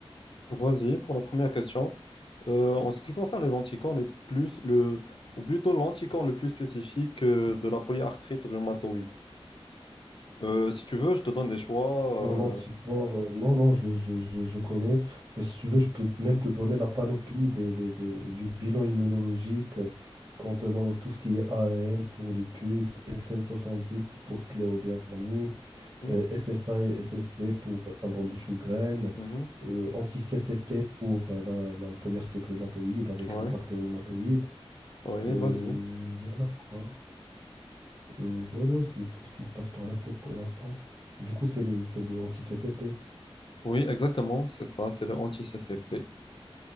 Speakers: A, on the left; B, on the right.
A: Vas-y, pour la première question. Euh, en ce qui concerne les anticorps les plus, le, ou plutôt l'anticorps le plus spécifique euh, de la polyarthrite rhumatoïde. Euh, si tu veux, je te donne des choix.
B: Pour
A: euh,
B: l'anticorps, euh, non, non, je, le- je, je- je connais. Ben, si tu veux, je peux même te donner la panoplie des, des- des- du bilan immunologique euh, contenant tout ce qui est AN pour lupus, SL70 pour scléodermie,
A: mhm,
B: euh, SSA et SSP pour euh, syndrome de Sjögren,
A: mhm,
B: euh, anti-CCP pour euh, la, la polyarthrite rhumatoïde avec
A: ouais,
B: le facteur rhumatoïde.
A: ouais,
B: Euh,
A: vas-y.
B: voilà quoi. Euh, voilà, c'est tout ce qui me passe par la tête pour l'instant. Du coup, c'est le, c'est le anti-CCP.
A: Oui, exactement, c'est ça, c'est le anti-CCP.